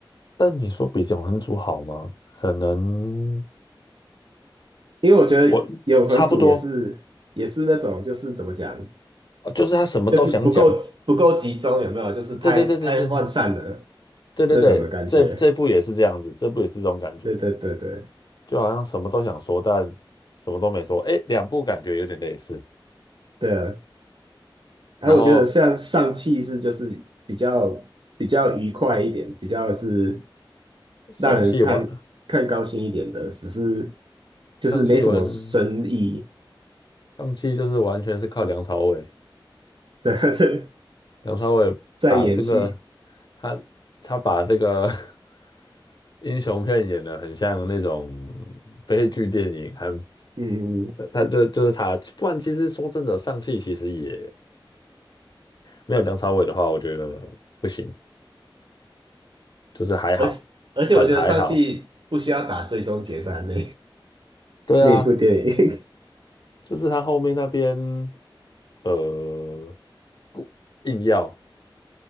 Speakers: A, on the left; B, on the right.
A: 但你说比永恒族好吗？可能
B: 因为我觉得永恒主也是也是那种就是怎么讲。
A: 我差不多，哦就是他什么都想讲，
B: 就是不够不够集中，有没有？就是太太涣散了
A: 对对对对对对对对对，
B: 那种的感觉。
A: 这这部也是这样子，这部也是这种感觉，
B: 对对对对
A: 就好像什么都想说，但什么都没说，哎，两部感觉有点类似。
B: 对啊！哎，
A: 然后
B: 我觉得像上汽是就是比较比较愉快一点，比较是
A: 上汽完
B: 让人看看高兴一点的，只是就是没什么深意
A: 上汽完上汽就是完全是靠梁朝伟，
B: 对，<laughs> 在
A: 梁朝伟把这个
B: 在演戏。
A: 他他把这个 <laughs> 英雄片演的很像那种悲剧电影，很
B: 嗯，
A: 他就就是他，不然其实说真的，上汽其实也没有梁朝伟的话，我觉得不行，就是还好，
B: 而且而且我觉得上汽不需要打最终决战那
A: 很还好。对啊，
B: 那一部电影，
A: 就是他后面那边呃硬要，